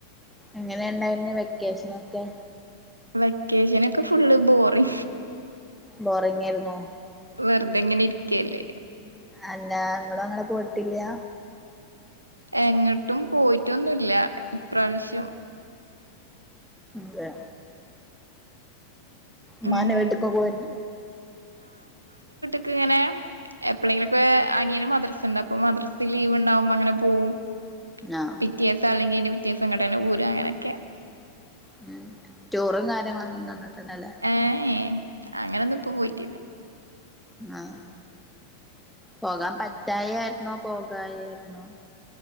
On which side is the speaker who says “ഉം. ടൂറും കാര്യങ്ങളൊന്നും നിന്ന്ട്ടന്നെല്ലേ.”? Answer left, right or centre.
Centre